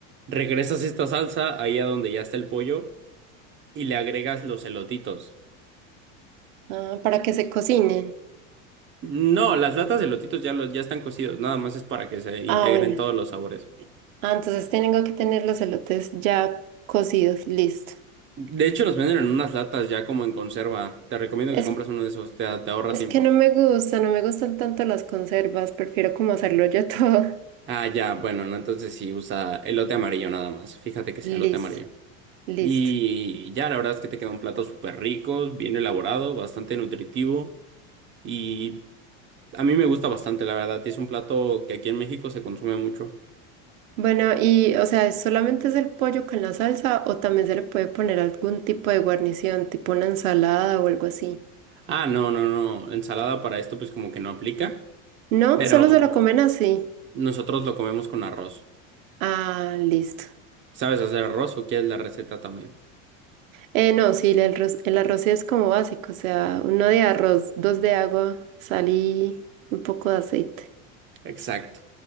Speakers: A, on the right; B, on the right.
A: regresas esta salsa ahí a donde ya está el pollo y le agregas los elotitos.
B: Ah, para que se cocinen.
A: No, las latas de elotitos ya, los, ya están cocidos, nada más es para que se integren
B: Ah, bueno.
A: todos los sabores.
B: Ah, entonces tengo que tener los elotes ya cocidos, listo.
A: De hecho, los venden en unas latas ya como en conserva. Te recomiendo
B: Es,
A: que compres uno de esos, te, te ahorra
B: es
A: tiempo.
B: que no me gusta, no me gustan tanto las conservas, prefiero como hacerlo yo todo.
A: Ah, ya, bueno, no, entonces sí, usa elote amarillo nada más. Fíjate que sea
B: <laughs>
A: elote
B: Listo,
A: amarillo.
B: listo.
A: Y ya, la verdad es que te queda un plato súper rico, bien elaborado, bastante nutritivo y a mí me gusta bastante, la verdad. Y es un plato que aquí en México se consume mucho.
B: Bueno, y o sea, ¿solamente es el pollo con la salsa o también se le puede poner algún tipo de guarnición, tipo una ensalada o algo así?
A: Ah, no, no, no, ensalada para esto pues como que no aplica,
B: No,
A: pero
B: solo se lo comen así.
A: nosotros lo comemos con arroz.
B: Ah, listo.
A: ¿Sabes hacer arroz o quieres la receta también?
B: Eh, no, sí, el arroz, el arroz sí es como básico, o sea, uno de arroz, dos de agua, sal y un poco de aceite.
A: Exacto.